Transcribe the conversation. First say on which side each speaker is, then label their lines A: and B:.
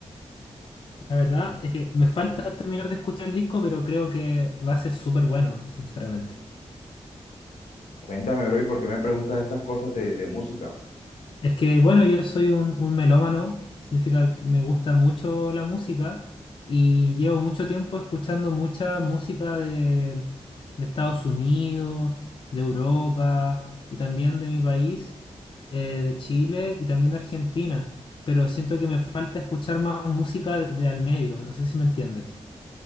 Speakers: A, on the left; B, on the left.
A: La verdad es que me falta terminar de escuchar el disco, pero creo que va a ser súper bueno, sinceramente.
B: Cuéntame, bro, ¿y por qué me preguntas estas cosas de, de música?
A: Es que, bueno, yo soy un, un melómano, significa que me gusta mucho la música y llevo mucho tiempo escuchando mucha música de, de Estados Unidos, de Europa y también de mi país. eh, de Chile y también de Argentina, pero siento que me falta escuchar más música de, de al medio, no sé si me entiendes.